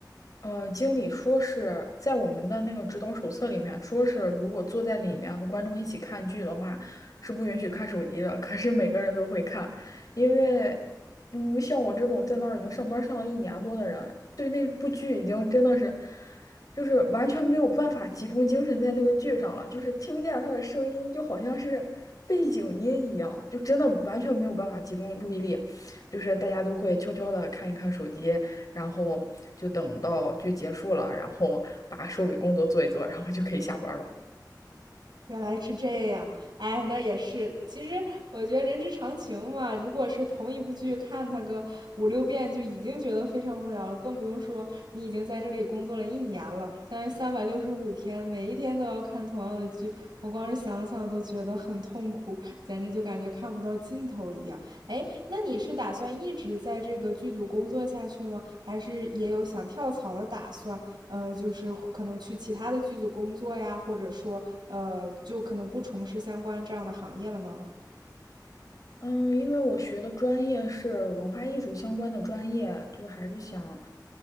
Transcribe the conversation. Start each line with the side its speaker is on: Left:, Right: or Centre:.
Left: 呃，经理说是在我们的那个指导手册里面说是，如果坐在里面和观众一起看剧的话，是不允许看手机的。可是每个人都会看，因为，嗯，像我这种在那儿已经上班上了一年多的人，对那部剧已经真的是，就是完全没有办法集中精神在那个剧上了，就是听见他的声音就好像是背景音一样，就真的完全没有办法集中注意力。就是大家都会悄悄的看一看手机，然后就等到剧结束了，然后把收尾工作做一做，然后就可以下班了。
Right: 原来是这样，哎，那也是。其实我觉得人之常情嘛，如果是同一部剧看它个五六遍，就已经觉得非常无聊了，更不用说你已经在这里工作了一年了，相当于三百六十五天，每一天都要看同样的剧，我光是想想都觉得很痛苦，简直就感觉看不到尽头一样。哎，那你是打算一直在这个剧组工作下去吗？还是也有想跳槽的打算？呃，就是可能去其他的剧组工作呀，或者说，呃，就可能不从事相关这样的行业了呢？
Left: 嗯，因为我学的专业是文化艺术相关的专业，就还是想